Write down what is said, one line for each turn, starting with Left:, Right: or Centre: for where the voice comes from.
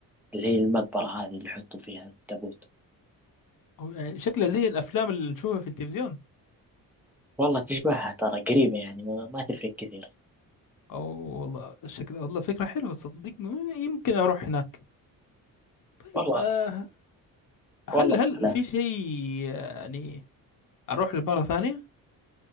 Centre: اللي هي المقبرة هذه اللي يحطوا فيها التابوت
Left: هو يعني شكله زي الأفلام اللي نشوفها في التلفزيون
Centre: والله تشبهها ترى قريبة يعني ما, ما تفرق كثير
Left: اه والله الشكل والله فكرة حلوة تصدقني يمكن اروح هناك طيب
Centre: والله
Left: آه،
Centre: والله
Left: هل هل
Centre: لا
Left: في شيء آه، يعني اروح لمرة ثانية